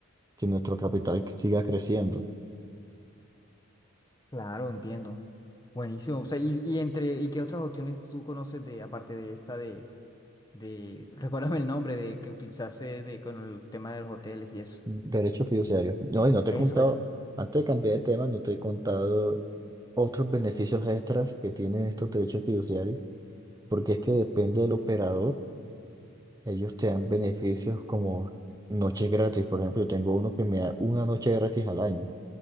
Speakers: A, on the right; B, on the left.
A: que nuestro capital siga creciendo.
B: Claro, entiendo. Buenísimo, o sea, y, y entre, ¿y qué otras opciones tú conoces de, aparte de esta de, de, <laughs> recuérdame el nombre de que utilizaste de, con el tema de los hoteles y eso?
A: Derecho fiduciario. No, y no te
B: Eso
A: he contado,
B: es.
A: antes de cambiar de tema, no te he contado otros beneficios extras que tienen estos derechos fiduciarios, porque es que depende del operador, ellos te dan beneficios como noches gratis. Por ejemplo, yo tengo uno que me da una noche gratis al año